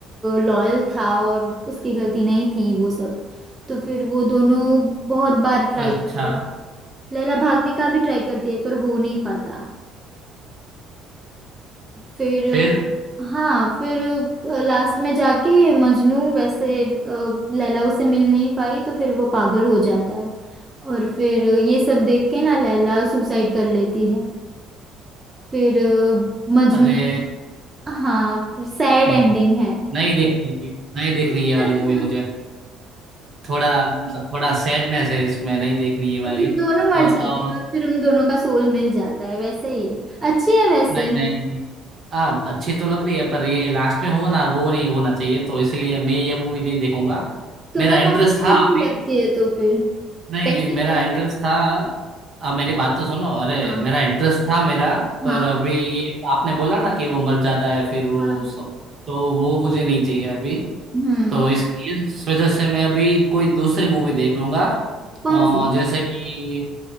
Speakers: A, on the right (about 20°); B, on the right (about 45°).
A: लॉयल था और उसकी गलती नहीं थी वो सब तो फिर वो दोनों बहुत बार ट्राई
B: अच्छा
A: करते लैला भागने का भी ट्राई करती है पर हो नहीं पाता फिर
B: फिर
A: हाँ फिर लास्ट में जाके मजनू वैसे अ, लैला उसे मिल नहीं पाई तो फिर वो पागल हो जाता है और फिर ये सब देख के ना लैला सुसाइड कर लेती है फिर अ, मजनू
B: अरे
A: भी हाँ सैड
B: हम्म,
A: एंडिंग है
B: नहीं देखनी नहीं देखनी
A: <laughs>
B: ये वाली मूवी मुझे थोड़ा मतलब थोड़ा सैडनेस है इसमें नहीं देखनी ये वाली
A: तो फिर दोनों मर
B: तो
A: जाते
B: तो
A: हैं और फिर उन दोनों का सोल मिल जाता है वैसे ही है। अच्छी है वैसे
B: नहीं नहीं हाँ अच्छी तो लग रही है पर ये लास्ट में हो ना वो नहीं होना चाहिए तो इसलिए मैं ये मूवी नहीं देखूंगा
A: तुम्हें
B: मेरा इंटरेस्ट
A: कौन सी
B: था
A: अच्छी
B: अभी
A: लगती है तो फिर
B: नहीं
A: कैसी
B: मेरा
A: मूवी
B: इंटरेस्ट था आप मेरी बात तो सुनो अरे
A: हाँ
B: मेरा इंटरेस्ट था मेरा पर
A: हाँ
B: अभी ये आपने बोला ना कि वो मर जाता है फिर वो
A: हाँ
B: सब तो वो मुझे नहीं चाहिए अभी
A: हम्म
B: तो इस इस वजह से मैं अभी कोई दूसरी मूवी देख लूंगा
A: कौन
B: अ,
A: सी
B: जैसे कि